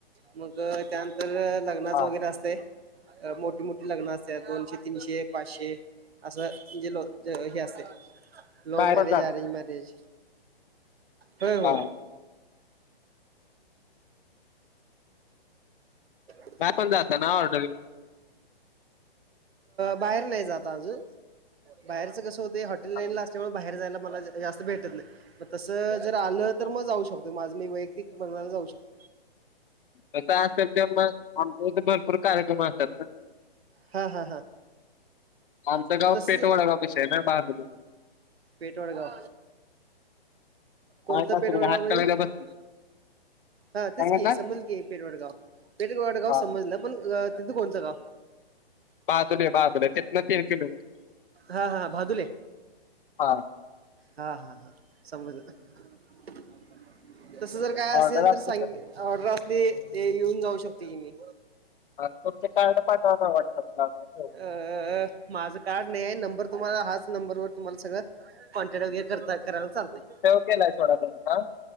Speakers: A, on the right; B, on the left.
A: मग त्यानंतर लग्नाचा
B: हा
A: वगैरे असते. मोठी मोठी लग्न असते दोनशे तीनशे पाचशे असं जे ल हे असते, लव्ह
B: बाहेर
A: मॅरेज
B: पण जातो
A: अरेंज मॅरेज. होय होय.
B: हा
A: <unintelligible>
B: हां पण जात‌ ना ऑर्डरी.
A: बाहेर नाही जात अजून, बाहेरचं कसं होतंय हॉटेल लाईन
B: हा
A: ला असल्यामुळं. बाहेर जायला मला जास्त भेटत नाही, तसं जर आलं तर
B: हा
A: मग जाऊ शकतो. माझं मी व्ययक्तिक <unintelligible> जाऊ शकतो.
B: तसं असेल ते मग आमच्या इथे, भरपूर कार्यक्रम असत्यात ना.
A: हां हां हां
B: आमचं गाव
A: तसंच
B: पेटवडगाव पशी आहे ना बांदणी.
A: पेठवडगाव कोणत
B: माहित असेल
A: पेठवडगाव
B: हात कलरला
A: <unintelligible>
B: बस
A: हा
B: काय
A: तेच
B: म्हटलं
A: की समजल की, पेटवाडगाव पेठवाडगाव
B: हा
A: समजलं. पण तिथं कोणचं गाव.
B: बाहादुले बाहादुले तितंन, तीन किलो मीटर.
A: हा हा भादुले.
B: हा.
A: हा हा हा, समजलं तसं जर काय असेल
B: ऑर्डर असले
A: तर सांग ऑर्डर असली ते येऊन जाऊ शकतोय की मी.
B: हा तुमचं कार्ड पाठवा ना व्हॉट्सअपला. <unintelligible>
A: अ माझं कार्ड नयी, नंबर तुम्हांला हाच नंबरवर तुम्हाला सगळं. कॉन्टॅक्ट वगैरे, कर करायला चालतंय.
B: सेवा केलाय सोडा तुमचा.